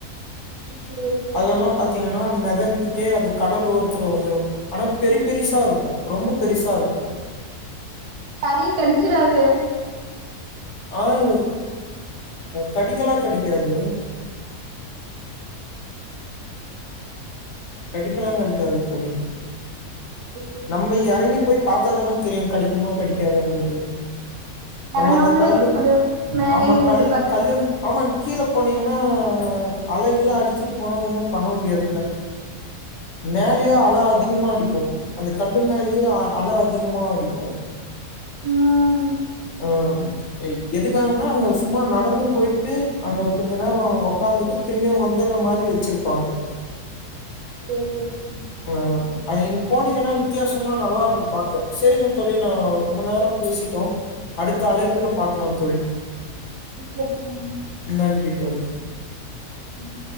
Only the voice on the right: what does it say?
<inaudible>
யாரையு கடுச்சுராது
ம் ம்
எறங்காமலே
அப்டியே மேலயே
நின்டு
பாக்குறது
ம்
ஓகே ஓகே ம்
ஓகே ஃப்ரெண்ட்
<inaudible>